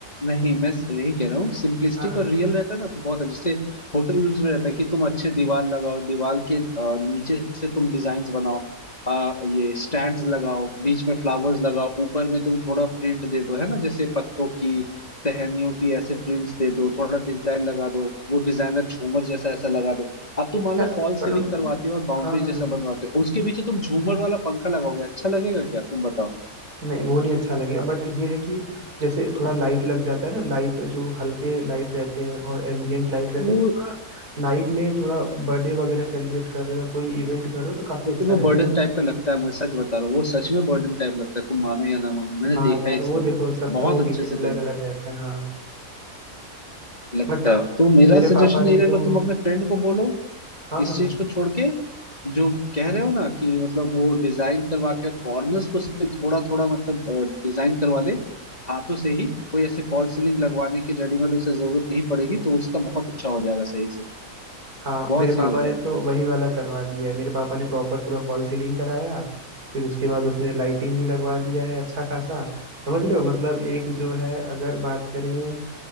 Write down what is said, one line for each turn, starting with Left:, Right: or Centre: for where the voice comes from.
Left: नहीं मैं यही कह रहा हूँ सिंपलिस्टिक
Right: हाँ हाँ
Left: और रियल रहता है ना तो बहुत है जैसे होटल रूम्स में रहता है कि तुम अच्छे दीवार लगाओ दीवार के अ, नीचे से तुम डिजाइन बनाओ अ, ये स्टैंड्स लगाओ बीच में फ्लावर्स लगाओ ऊपर में तुम थोड़ा प्रिंट दे दो है ना जैसे पत्तों की टहनियों की ऐसे प्रिंट्स दे दो थोड़ा डिजाइन लगा दो वो डिजाइनर झूमर जैसा ऐसा लगा दो अब तुम मान
Right: यार
Left: लो फॉल्स
Right: पर
Left: सीलिंग करवाते हो और बाउंड्री
Right: हाँ हाँ
Left: जैसा बनवाते हो उसके पीछे तुम झूमर वाला पंखा लगाओगे अच्छा लगेगा क्या तुम बताओ
Right: नहीं वो नहीं अच्छा लगेगा बट ये है कि जैसे थोड़ा लाइट लग जाता है ना लाइट जो हल्के लाइट रहते हैं और एम्बियंट लाइट रहते
Left: वो
Right: हैं तो थोड़ा नाइट में थोड़ा बर्थडे वगैरह सेलिब्रेट कर रहे हो या कोई इवेंट कर रहे हो तो काफी
Left: लेकिन
Right: अच्छा
Left: वो
Right: रहता
Left: बर्डन
Right: है
Left: टाइप का लगता है मुझे सच बता रहा हूँ वो सच में बर्डन टाइप लगता है तुम मानो या ना मानो
Right: <laughs>
Left: मैंने
Right: हाँ
Left: देखा
Right: यार
Left: है इसको
Right: वो देखो सबका
Left: बहुत
Right: ओपिनियन
Left: अच्छे से
Right: अलग
Left: देखो
Right: अलग रहता है हाँ
Left: लगता
Right: बट
Left: है तो मेरा
Right: मेरे
Left: सजेशन
Right: पापा
Left: ये
Right: ने
Left: रहेगा
Right: तो
Left: तुम अपने फ्रेंड को बोलो
Right: हाँ
Left: इस
Right: हाँ
Left: चीज को छोड़ के जो कह रहे हो ना कि मतलब वो डिजाइन करवा के और कॉर्नर्स को से थोड़ा थोड़ा मतलब डिजाइन करवा ले हाथों से ही कोई ऐसे फॉल्स सीलिंग लगवाने की रेडीमेड उसे जरूरत नहीं पड़ेगी तो उसका बहुत अच्छा हो जाएगा सही से
Right: हाँ
Left: बहुत
Right: मेरे
Left: सही
Right: पापा
Left: हो
Right: ने
Left: जाएगा
Right: तो वही वाला करवा दिया है मेरे पापा ने प्रॉपर पूरा फॉल सीलिंग कराया फिर उसके बाद उसने लाइटिंग भी लगवा दिया है अच्छा खासा समझ रहे हो मतलब एक जो है अगर बात करें